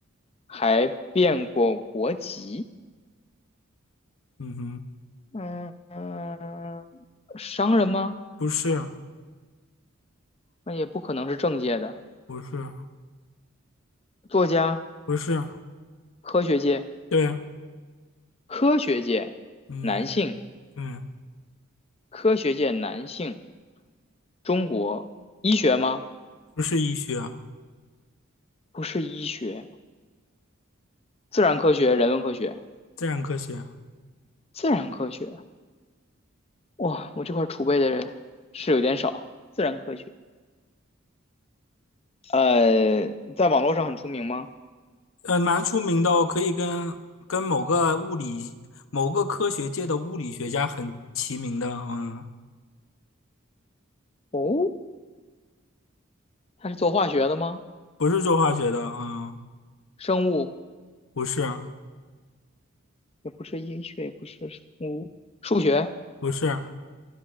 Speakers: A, on the left; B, on the left.
A: 还变过国籍。
B: 嗯哼，
A: 嗯嗯，商人吗？
B: 不是，
A: 那也不可能是政界的。
B: 不是，
A: 作家，
B: 不是，
A: 科学界，
B: 对，
A: 科学界男性，
B: 嗯，对，
A: 科学界男性。中国医学吗？
B: 不是医学，
A: 不是医学，自然科学、人文科学，
B: 自然科学，
A: 自然科学。哇，我这块储备的人是有点少。自然科学，呃，在网络上很出名吗？
B: 呃，蛮出名的哦，可以跟跟某个物理、某个科学界的物理学家很齐名的，嗯，
A: 哦，他是做化学的吗？
B: 不是做化学的，嗯，
A: 生物
B: 不是，
A: 也不是医学，也不是生物，数学
B: 不是，